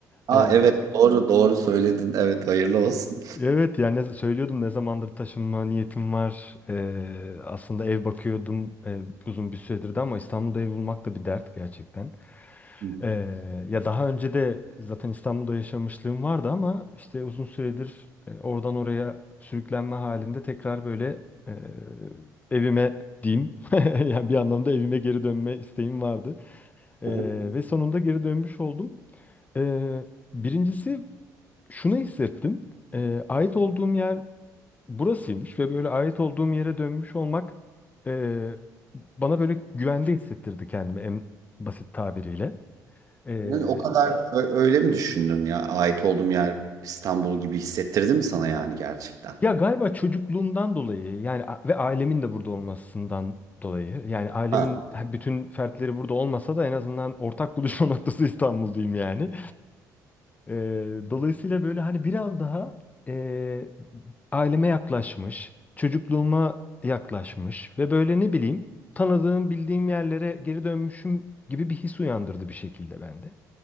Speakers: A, on the right; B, on the left.
A: Aa
B: E,
A: evet doğru doğru söyledin. Evet hayırlı olsun.
B: evet yani ne- söylüyordum ne zamandır taşınma niyetim var. E, aslında ev bakıyordum e, uzun bir süredir de ama İstanbul'da ev bulmak da bir dert gerçekten.
A: Hı
B: Ee, ya daha önce de zaten İstanbul'da yaşamışlığım vardı ama işte uzun süredir e, oradan oraya sürüklenme halinde tekrar böyle e, evime diyeyim <laughs> yani bir anlamda evime geri dönme isteğim vardı. Ee,
A: hı.
B: ve sonunda geri dönmüş oldum. Ee, birincisi şunu hissettim. Ee, ait olduğum yer burasıymış ve böyle ait olduğum yere dönmüş olmak e, bana böyle güvende hissettirdi kendimi en basit tabiriyle. Ee,
A: Yani o kadar ö- öyle mi düşündün ya? Ait olduğum yer İstanbul gibi hissettirdi mi sana yani gerçekten?
B: Ya galiba çocukluğumdan dolayı yani a- ve ailemin de burada olmasından dolayı yani ailemin
A: Ha.
B: bütün fertleri burada olmasa da en azından ortak buluşma <laughs> noktası İstanbul diyeyim yani. Ee, dolayısıyla böyle hani biraz daha e, aileme yaklaşmış, çocukluğuma yaklaşmış ve böyle ne bileyim tanıdığım bildiğim yerlere geri dönmüşüm gibi bir his uyandırdı bir şekilde bende.